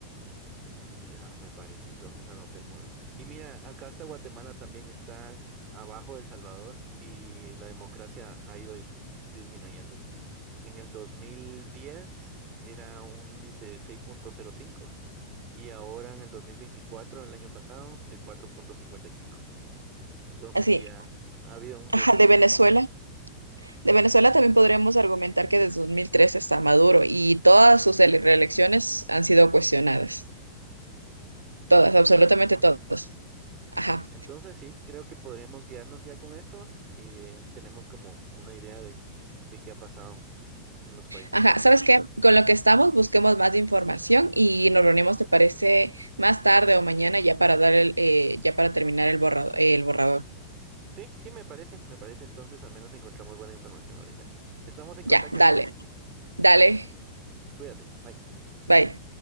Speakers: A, on the right; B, on the right.
A: Mm, ya me parece, entonces anotémoslo. Y mira, acá está Guatemala también, está abajo de El Salvador y la democracia ha ido dismi- disminuyendo. En el 2010 era un índice de seis punto cero cinco y ahora en el 2024, el año pasado, de cuatro punto cincuenta y cinco. Entonces
B: Así,
A: sí ha, ha habido un decremento
B: ajá, de Venezuela.
A: como
B: De Venezuela también podremos argumentar que desde 2003 está Maduro y todas sus ele- reelecciones han sido cuestionadas.
A: en,
B: Todas,
A: en
B: absolutamente
A: definitiva.
B: todas. Ajá.
A: Entonces sí, creo que podríamos guiarnos ya con esto y eh, tenemos como una idea de, de qué ha pasado en los países
B: Ajá,
A: cercanos.
B: ¿sabes qué? Con lo que estamos, busquemos más información y nos reunimos, ¿te parece? Más tarde o mañana ya para dar el, eh, ya para terminar el borrado- el borrador.
A: Sí, sí, me parece, me parece. Entonces al menos encontramos buena información ahorita. Estamos en
B: Ya,
A: contacto,
B: dale,
A: Gladys.
B: dale,
A: Cuídate. Bye.
B: bye.